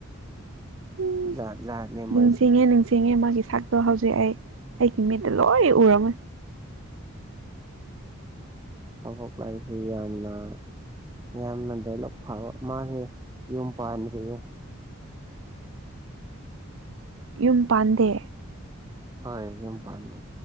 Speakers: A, on the right; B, on the right.
A: ꯎꯝ
B: ꯖꯥꯠ ꯖꯥꯠꯅꯦ ꯃꯣꯏꯁꯦ
A: ꯅꯤꯡꯁꯤꯡꯉꯦ ꯅꯤꯡꯁꯤꯡꯉꯦ ꯃꯥꯒꯤ ꯁꯛ ꯑꯗꯣ ꯍꯧꯖꯤꯛ ꯑꯩ ꯑꯩꯒꯤ ꯃꯤꯠꯇ ꯂꯣꯏ ꯎꯔꯝꯃꯦ
B: ꯀꯕꯣꯂꯩꯁꯤ ‌ꯌꯥꯝꯅ ꯌꯥꯝꯅ ꯗꯥꯏꯂꯣꯒ ꯐꯕ ꯃꯥꯅꯦ ꯌꯨꯝ ꯄꯟꯗꯔ꯭ꯤꯌꯦ
A: ꯌꯨꯝ ꯄꯥꯟꯗꯦ
B: ꯍꯣꯏ ꯌꯨꯝ ꯄꯥꯝꯗꯦ